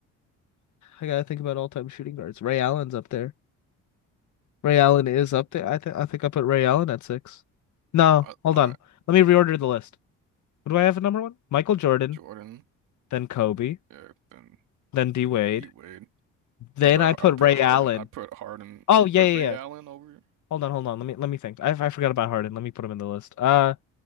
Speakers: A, on the left (about 65°); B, on the right (about 75°).
A: I gotta think about all-time shooting guards. Ray Allen's up there. Ray Allen is up there. I think I think I put Ray Allen at six. No,
B: All right,
A: hold
B: all
A: on.
B: right.
A: Let me reorder the list. What do I have at number one? Michael Jordan,
B: Jordan.
A: then Kobe,
B: Yeah, then
A: then D Wade.
B: D Wade.
A: Then
B: I put
A: I put
B: I put
A: Ray
B: Harden.
A: Allen.
B: I put Harden.
A: Oh
B: You
A: yeah,
B: put
A: yeah,
B: Ray
A: yeah.
B: Allen over.
A: Hold on, hold on. Let me let me think. I I forgot about Harden. Let me put him in the list. Uh,